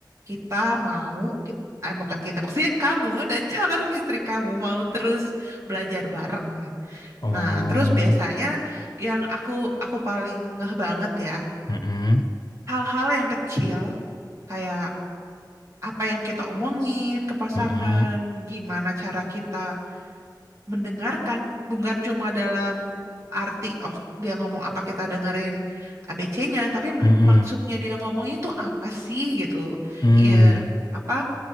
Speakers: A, on the right (about 40°); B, on the left (about 55°).
A: kita mau kita, eh, bukan kita maksudnya kamu dan <laughs> calon istri kamu mau terus belajar bareng.
B: Oh,
A: Nah, terus biasanya yang aku aku paling ngeh banget ya,
B: mm-mm,
A: hal-hal yang kecil kayak apa yang kita omongin ke pasangan,
B: mm-mm,
A: gimana cara kita mendengarkan bukan cuma dalam arti oh dia ngomong apa kita dengerin ABC-nya tapi m-
B: mm-mm,
A: maksudnya dia ngomongnya itu apa sih gitu
B: mm,
A: ya apa